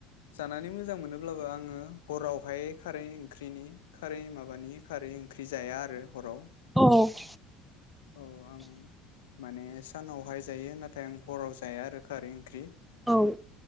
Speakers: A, on the left; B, in the centre.
A: जानानै मोजां मोनोब्लाबो आङो हरावहाय खारै ओंख्रिनि खारै माबानि खारै ओंख्रि जाया आरो हराव
B: औ <inaudible>
A: औ आं माने सानावहाय जायो नाथाय आं हराव जाया आरो खारै ओंख्रि
B: औ